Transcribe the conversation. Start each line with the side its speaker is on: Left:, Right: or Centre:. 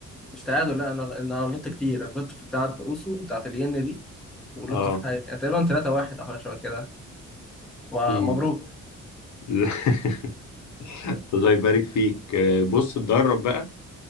Centre: مش تعادل لا انا انا غلطت كتير أنا غلطت في بتاعه اوسو بتاعه الين دي وغلطت
Left: اه
Centre: في حاجه يعني تقريبا 3 1 او حاجه شبه كده ومبروك
Left: مم. <laughs> الله يبارك فيك آه، بص اتدرب بقى